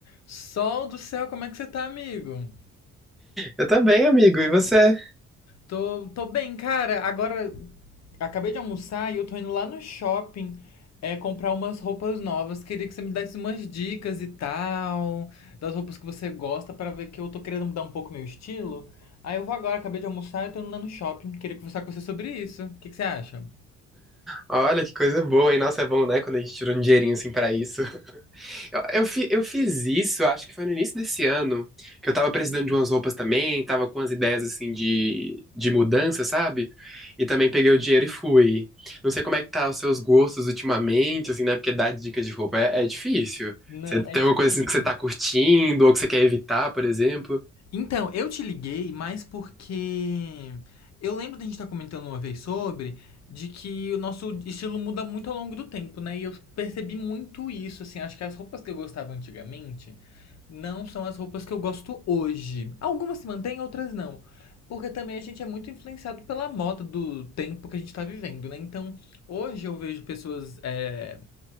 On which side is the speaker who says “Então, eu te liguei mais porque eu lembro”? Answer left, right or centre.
Left